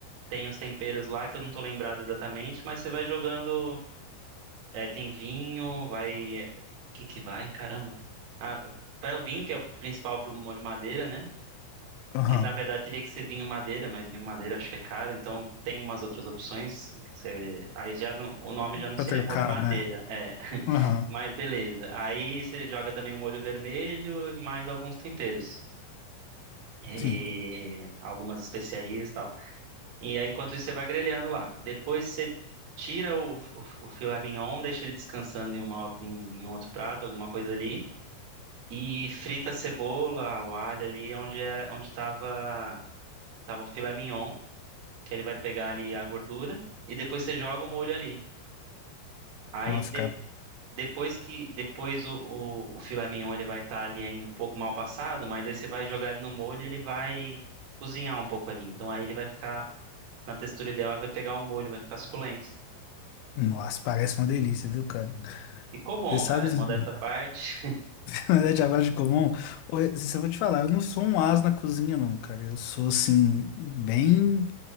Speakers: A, on the right; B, on the left.
A: tem os temperos lá que eu não tô lembrado exatamente, mas você vai jogando, é, tem vinho, vai, o que que vai? Caramba. Ah, vai o vinho que é o principal pro molho madeira, né?
B: aham.
A: Que na verdade teria que ser vinho madeira, mas vinho madeira acho que é caro, então tem umas outras opções que você. Aí já não, o nome já não
B: Pra
A: seria
B: trocar,
A: molho madeira,
B: né?
A: é. <laughs>
B: Aham,
A: Mas beleza. Aí você joga também o molho vermelho e mais alguns temperos. E
B: sim.
A: algumas especiarias e tal. E aí, enquanto isso, você vai grelhando lá. Depois você tira o, o, o filé mignon, deixa ele descansando em, uma, em, em um outro prato, alguma coisa ali. E frita a cebola, o alho ali, onde era, onde estava tava, tava o filé mignon. que ele vai pegar ali a gordura e depois você joga o molho ali. Aí
B: Nossa,
A: de-
B: cara.
A: depois que depois o, o, o filé mignon ele vai estar ali ainda um pouco mal passado, mas aí você vai jogar ele no molho, e ele vai cozinhar um pouco ali. Então aí ele vai ficar na textura ideal, vai pegar o molho, vai ficar suculento.
B: Nossa, parece uma delícia, viu, cara?
A: Ficou bom,
B: Você sabe,
A: cara.
B: <laughs>
A: Modesta à parte.
B: na verdade, a vagem comum, ô, se eu vou te falar, eu não sou um ás na cozinha, não, cara. Eu sou, assim, bem.